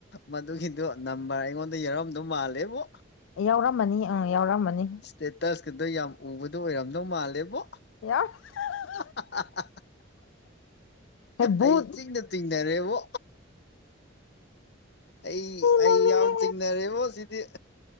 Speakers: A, on the left; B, on the left.
A: ꯃꯗꯨꯒꯤꯗꯣ ꯅꯝꯕꯔ ꯑꯩꯉꯣꯟꯗ ꯌꯥꯎꯔꯝꯗꯧ ꯃꯥꯜꯂꯦꯕꯣ
B: ꯌꯥꯎꯔꯝꯃꯅꯤ ꯎꯝ ꯌꯥꯎꯔꯝꯃꯅꯤ
A: ꯁ꯭ꯇꯦꯇꯁꯀꯗꯣ ꯌꯥꯝ ꯎꯕꯗꯣ ꯑꯣꯏꯔꯝꯗꯧ ꯃꯥꯜꯂꯦꯕꯣ
B: <unintelligible>
A: <unintelligible>
B: ꯕꯨꯠ
A: ꯑꯩ ꯏꯆꯤꯡꯗ ꯆꯤꯡꯅꯔꯦꯕꯣ ꯑꯩ
B: ꯅꯣꯛꯅꯤꯡꯉꯦ
A: ꯑꯩ ꯌꯥꯝ ꯆꯤꯡꯅꯔꯦꯕꯣ ꯁꯤꯗꯤ